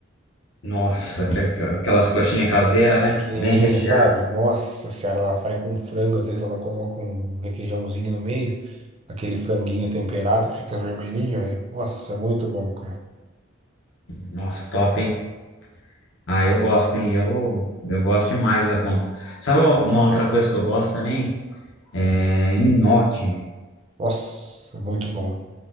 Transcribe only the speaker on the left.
Nossa, que- que- aquelas coxinhas caseiras, né?
Bem recheado.
Nossa, top, hein? Ah, eu gosto, hein? Eu, eu gosto demais da conta. Sabe uma outra coisa que eu gosto também? É nhoque.